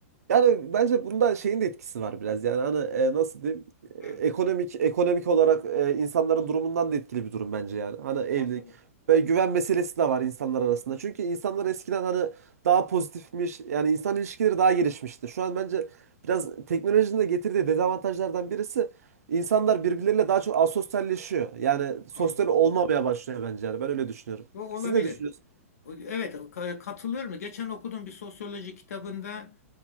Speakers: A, on the right; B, on the left.
A: Yani bence bunda şeyin de etkisi var biraz. Yani hani e, nasıl diyeyim? E,
B: Hı,
A: Ekonomik ekonomik olarak e, insanların durumundan da etkili bir durum bence yani. Hani evlilik
B: anladım.
A: ve güven meselesi de var insanlar arasında. Çünkü insanlar eskiden hani daha pozitifmiş. Yani insan ilişkileri daha gelişmişti. Şu an bence biraz teknolojinin de getirdiği dezavantajlardan birisi insanlar birbirleriyle daha çok asosyalleşiyor. Yani
B: Anladım.
A: sosyal olmamaya başlıyor bence yani. Ben öyle düşünüyorum.
B: O olabilir.
A: Siz ne düşünüyorsunuz?
B: O- Evet, ka- katılıyorum. Geçen okuduğum bir sosyoloji kitabında